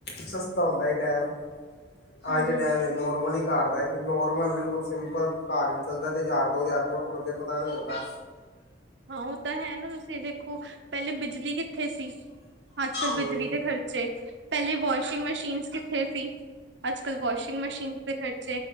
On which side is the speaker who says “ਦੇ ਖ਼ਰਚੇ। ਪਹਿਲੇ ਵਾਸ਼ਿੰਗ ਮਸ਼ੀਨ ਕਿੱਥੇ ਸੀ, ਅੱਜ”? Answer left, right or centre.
Right